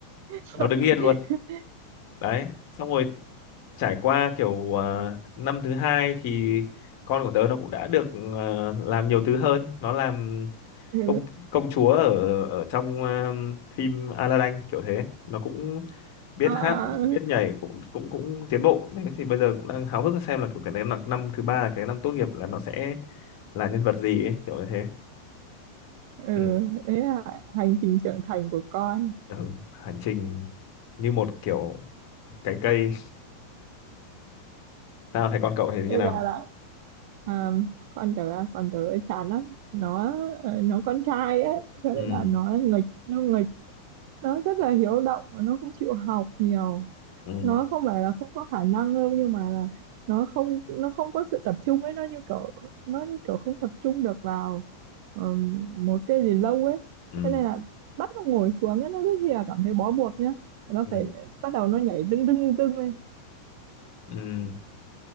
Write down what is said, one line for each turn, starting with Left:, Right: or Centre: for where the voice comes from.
Right: <laughs>
Left: nó đứng yên luôn đấy xong rồi trải qua kiểu à, năm thứ hai thì con của tớ nó cũng đã được à, làm nhiều thứ hơn nó làm
Right: ừ.
Left: công công chúa ở ở trong à, phim Aladdin kiểu thế nó cũng biết
Right: À,
Left: hát biết nhảy cũng cũng cũng tiến bộ đấy thì bây giờ cũng đang háo hức xem là kiểu cái năm năm thứ ba là cái năm tốt nghiệp là nó sẽ là nhân vật gì ấy, kiểu như thế
Right: ừ.
Left: ừ.
Right: đấy là hành trình trưởng thành của con
Left: Ừ. hành trình như một kiểu cái cây <laughs> sao thấy con cậu thì như
Right: đây
Left: nào
Right: là là à, con tớ con tớ chán lắm nó ờ, nó con trai ấy cho
Left: ừ
Right: nên là nó nghịch nó nghịch nó rất là hiếu động nó không chịu học nhiều
Left: ừ
Right: nó không phải là không có khả năng đâu nhưng mà là nó không nó không có sự tập trung ấy nó như kiểu nó như kiểu không tập trung được vào ờm, một cái gì lâu ấy
Left: ừ
Right: cho nên là bắt nó ngồi xuống ấy, nó rất là cảm thấy bó buộc nhá nó
Left: ừ
Right: phải bắt đầu nó nhảy tưng tưng tưng tưng lên
Left: ừ